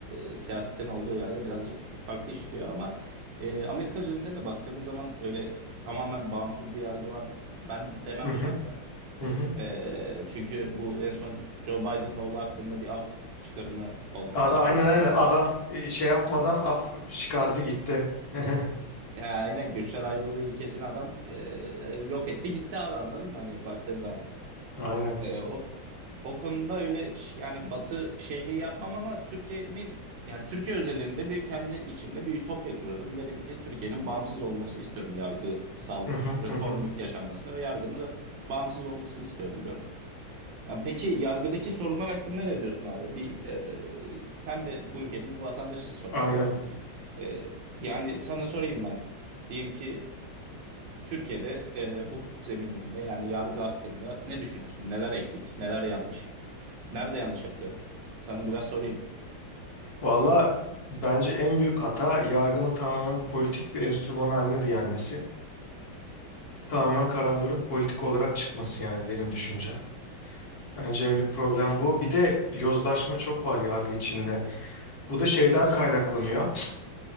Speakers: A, on the right; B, on the left.
A: e, siyasetin olduğu yerde birazcık farklı işliyor ama e, Amerika özelinde de baktığımız zaman öyle tamamen bağımsız bir yargı var ben demem
B: Hı hı.
A: şahsen.
B: Hı hı.
A: E, çünkü bu en son Joe Biden'ın oğlu hakkında bir af çıkarımı olmuştu
B: Ada,
A: hatırlarsan
B: aynen aynen
A: belki.
B: adam e, şey yapmadan af çıkardı gitti. <laughs>
A: Ya aynen güçler ayrılığı ilkesini adam e, yok etti gitti abi anladın mı hani baktığın zaman.
B: Aynen.
A: E, o o konuda öyle ş- yani Batı şeyliği yapmam ama Türkiye'nin yani Türkiye özelinde bir kendi içimde bir ütopya kurarım. Derim ki Türkiye'nin bağımsız olmasını istiyorum. Yargısal
B: Hı hı
A: reform
B: hı hı.
A: yaşanmasını ve yargının ref- bağımsız olmasını istiyorum diyorum. Yani peki yargıdaki sorunlar hakkında ne diyorsun abi? Bir e, sen de bu ülkenin bir vatandaşısın sonuçta.
B: Aynen.
A: E, yani sana sorayım ben. Diyeyim ki Türkiye'de e, hukuk zemininde yani yargı hakkında ne düşünüyorsun? Neler eksik, neler yanlış? Nerede yanlış yapılıyor? Sana biraz sorayım.
B: Valla bence en büyük hata yargının tamamen politik bir enstrüman haline de gelmesi. Tamamen kararların politik olarak çıkması yani benim düşüncem. Bence en büyük problem bu. Bir de yozlaşma çok var yargı içinde. Bu da şeyden kaynaklanıyor.